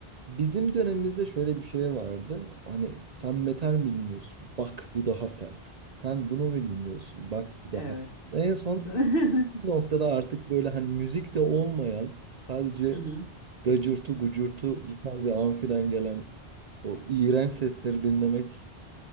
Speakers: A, on the right; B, on the left.
A: bizim dönemimizde şöyle bir şey vardı. Hani sen metal mi dinliyorsun? Bak bu daha sert. Sen bunu mu dinliyorsun? Bak bu
B: Evet.
A: daha. En son
B: <laughs> Hı
A: bir noktada artık böyle hani müzik de olmayan sadece
B: hı,
A: gacırtı gucurtu gitar ve amfiden gelen o iğrenç sesleri dinlemek